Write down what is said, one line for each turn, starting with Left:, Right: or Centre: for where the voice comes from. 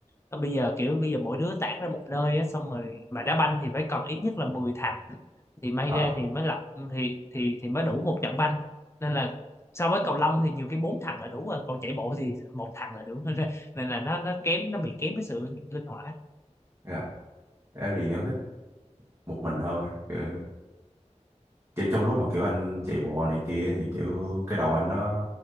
Left: Còn bây giờ kiểu bây giờ mỗi đứa tản ra một nơi á xong rồi mà đá banh thì phải cần ít nhất là 10 thằng thì may
Right: ờ
Left: ra thì mới lập thì thì thì mới đủ một trận banh nên là so với cầu lông thì nhiều khi bốn thằng là đủ rồi còn chạy bộ thì một thằng là đủ <laughs> nên là, nên là nó nó kém nó bị kém cái sự linh hoạt á.
Right: thế nào? em thì em thích một mình hơn kiểu kiểu trong lúc mà kiểu anh chạy bộ này kia thì kiểu cái đầu anh nó